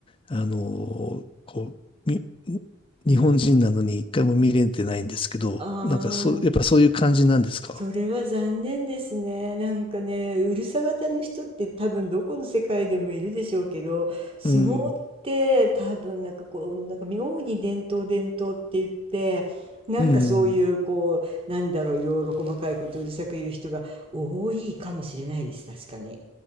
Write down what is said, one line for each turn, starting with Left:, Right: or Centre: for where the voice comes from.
Left: あの、こう、み、日本人なのに一回も見れてないんですけど、
Right: うん。あ
Left: なんかそう、
Right: あ、
Left: やっぱそういう感じなんですか
Right: それは残念ですね。なんかね、うるさ型の人って多分どこの世界でもいるでしょうけど、相撲って多分なんかこう、
Left: うん、
Right: なんか妙に伝統伝統って言って、なんかそういうこう、
Left: うん、
Right: なんだろう、いろいろ細かいことをうるさく言う人が多いかもしれないです。確かに。